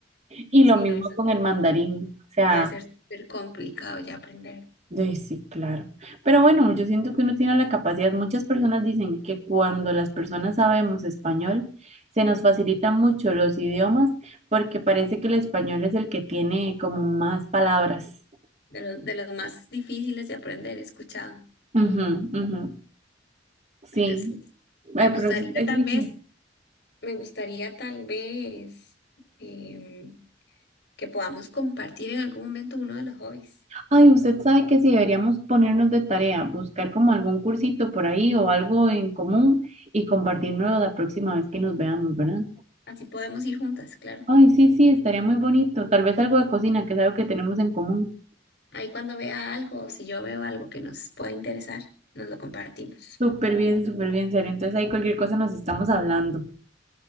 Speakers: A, on the right; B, on the left.
A: Y
B: Sí,
A: lo mismo
B: no, eso
A: con el mandarín. O sea,
B: debe ser súper complicado ya aprender.
A: De- sí, claro. Pero bueno, yo siento que uno tiene la capacidad. Muchas personas dicen que cuando las personas sabemos español, se nos facilitan mucho los idiomas porque parece que el español es el que tiene como más palabras.
B: De los, de los más difíciles de aprender, he escuchado.
A: Ujú, ujú. Sí.
B: Pero sí,
A: Ay,
B: me gustaría
A: pero es, es
B: tal
A: lindo.
B: vez, me gustaría tal vez em, que podamos compartir en algún momento uno de los hobbies.
A: Ay, usted sabe que si deberíamos ponernos de tarea, buscar como algún cursito por ahí o algo en común y compartirnos la próxima vez que nos veamos, ¿verdad?
B: Así podemos ir juntas, claro.
A: Ay, sí, sí, estaría muy bonito. Tal vez algo de cocina, que es algo que tenemos en común.
B: Ahí cuando vea algo o si yo veo algo que nos pueda interesar, nos lo compartimos.
A: Súper bien, súper bien, serio. Entonces ahí cualquier cosa nos estamos hablando.